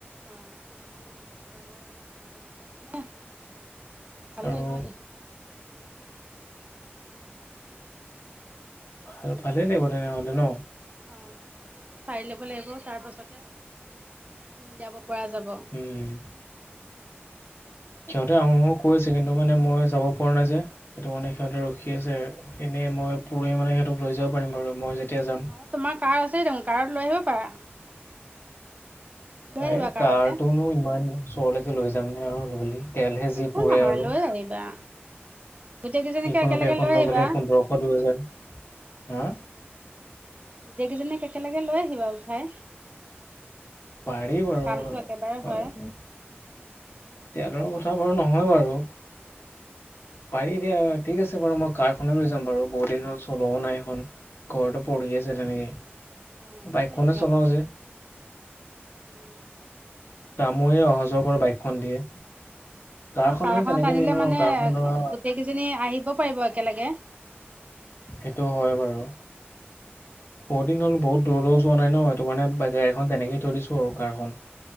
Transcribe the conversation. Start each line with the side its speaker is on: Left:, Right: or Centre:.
Right: অ' ফুলটো ৰঙৰ মণিটো লগালে। ভাল
Left: আৰু
Right: লাগিব দেখিব।
Left: ভা ভালেই লাগিব তেনেহ'লে ন'।
Right: অ' কাপোৰযোৰ চাই ল'ব লাগিব তাৰপাছতে, মিলাব পৰা যাব।
Left: উম সিহঁতে আহোঁ আহোঁ কৈছে কিন্তু মানে মই যাব পৰা নাই যে। সেইটো মানে সিহঁতে ৰখি আছে, এনে মই পুৰহি মানে সিহঁতক লৈ যাব পাৰিম বাৰু মই যেতিয়া যাম।
Right: অ' তোমাৰ কাৰ আছেই দেখোন কাৰত লৈ আহিব পাৰা। লৈ
Left: এই
Right: আহিবা কাৰতে
Left: কাৰটোনো ইমান ওচৰলৈকে লৈ যামনে আৰু ল'লি তেলহে যি
Right: একো
Left: পুৰে আৰু।
Right: <unintelligible> গোটেই কেইজনীকে
Left: সেইখনৰ
Right: একেলগে
Left: বাইকখন
Right: লৈ আহিবা।
Left: গ'লে পোন্ধৰশ দুহেজাৰ হা
Right: গোটেইকেইজনীক একেলগে লৈ আহিবা উঠাই।
Left: পাৰি বাৰু
Right: কামটো একেবাৰে হয়
Left: <unintelligible> তেলৰ কথাও বাৰু নহয় বাৰু। পাৰি দিয়া ঠিক আছে বাৰু মই কাৰখনে লৈ যাম বাৰু বহু দিন হ'ল চলোৱাও নাই সেইখন। ঘৰতে পৰি আছে তেনেকে,
Right: অ',
Left: বাইকখনে
Right: লৈ আহিবা
Left: চলাওঁ যে।
Right: উম। ন
Left: তামুৱে অহা যোৱা বাইকখন দিয়ে। কাৰখন
Right: অ' কাৰখনত
Left: মানে তেনেকে
Right: আনিলে
Left: নিনো
Right: মানে,
Left: আৰু কাৰখন ধৰা
Right: গোটেই কেইজনী আহিব পাৰিব একেলগে।
Left: সেইটোও হয় বাৰু। বহুদিন হ'ল বহু দূৰ দূৰ যোৱা নাই ন' সেইটো কাৰণে গাড়ীখন তেনেকেইে থৈ দিছোঁ আৰু কাৰখন।